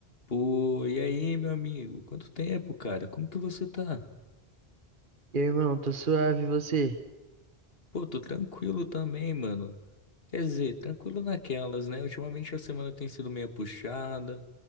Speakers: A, on the left (about 65°); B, on the right (about 55°).
A: Pô, e aí, meu amigo? Quanto tempo, cara? Como que você tá?
B: E aí, irmão, tô suave, e você?
A: Pô, tô tranquilo também, mano. Quer dizer, tranquilo naquelas, né? Ultimamente a semana tem sido meio puxada,